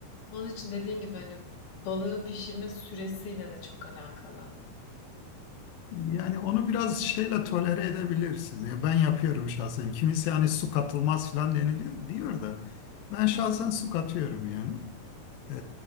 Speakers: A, on the left; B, on the left.
A: Onun için dediğin gibi, hani, balığı pişirme süresiyle de çok alakalı.
B: Yani onu biraz şeyle tolere edebilirsin. Ya ben yapıyorum şahsen. Kimisi hani su katılmaz falan deniliyor diyor da ben şahsen
A: Hımm.
B: su katıyorum yani. Ee,